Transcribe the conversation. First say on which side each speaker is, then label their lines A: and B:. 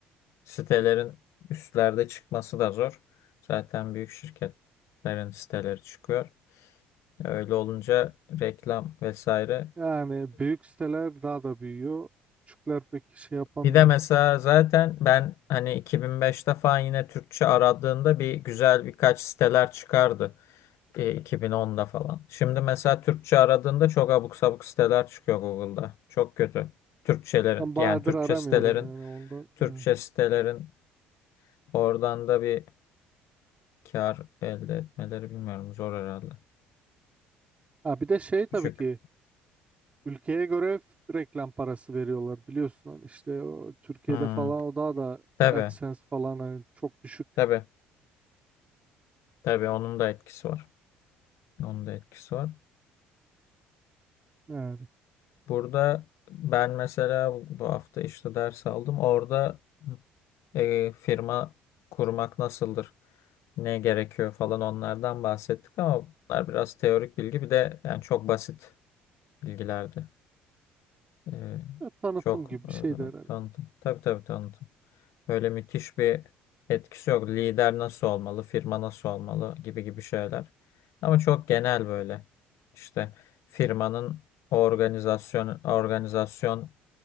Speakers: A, on the left; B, on the right.
A: sitelerin üstlerde çıkması da zor. Zaten büyük şirketlerin siteleri çıkıyor. Öyle olunca reklam vesaire.
B: yani büyük siteler daha da büyüyor. Küçükler pek şey yapamıyor.
A: Bir de mesela zaten ben hani 2005'te falan yine Türkçe aradığında bir güzel birkaç siteler çıkardı. E, 2010'da falan. Şimdi mesela Türkçe aradığında çok abuk sabuk siteler çıkıyor Google'da. Çok kötü. Türkçelerin
B: Ben bayağıdır
A: yani Türkçe
B: aramıyorum
A: sitelerin
B: yani ondan.
A: Türkçe
B: Evet.
A: sitelerin oradan da bir kar elde etmeleri bilmiyorum zor herhalde.
B: Ha bir de şey tabii
A: Küçük.
B: ki Ülkeye göre f- reklam parası veriyorlar biliyorsun hani işte o, Türkiye'de
A: Hmm.
B: falan o daha da
A: Tabii
B: AdSense falan hani çok düşük
A: tabii tabii onun da etkisi var. Onun da etkisi var.
B: yani
A: Burada ben mesela bu hafta işte ders aldım. Orada e, firma kurmak nasıldır? Ne gerekiyor falan onlardan bahsettik ama bunlar biraz teorik bilgi bir de yani çok basit bilgilerdi. E,
B: Ya tanıtım
A: çok
B: gibi bir
A: öyle
B: şey de herhalde.
A: tanıdım. Tabii tabii tanıdım. Böyle müthiş bir etkisi yok. Lider nasıl olmalı, firma nasıl olmalı gibi gibi şeyler. Ama çok genel böyle. İşte firmanın organizasyon organizasyon